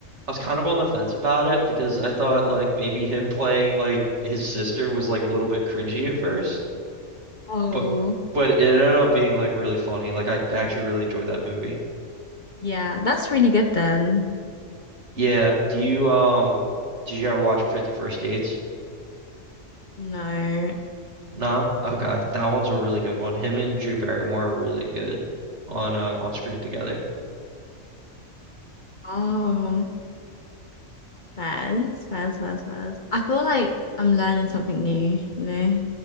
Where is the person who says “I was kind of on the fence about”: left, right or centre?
Right